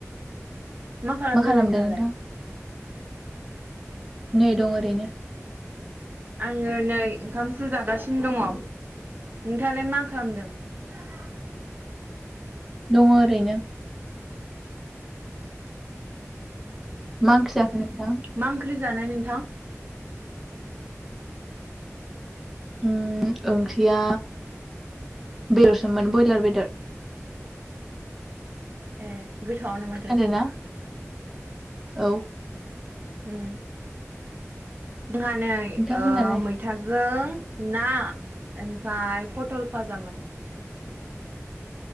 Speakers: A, on the right (about 35°); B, in the centre.
A: मा खालामदो
B: खालामदों
A: नोंथाङालाय?
B: नोंथां नै दं ओरैनो।
A: आङो नै ओंखामसो जागासिनो दङ। नोंथालाय मा खालामदों? <unintelligible>
B: दङ ओरैनो मा ओंख्रि जाखो नोंथां?
A: मा ओंख्रि जानाय नोंथां
B: ओ ओंख्रिया बेदरसोमोन ब्रयलार बेदर।
A: ए गोथावानो माथो।
B: खोनादोंना औ।
A: उम जोंहा नै
B: नोंथांमोनालाय
A: मैथाजों। ना ओमफ्राय पटल फाजामोन।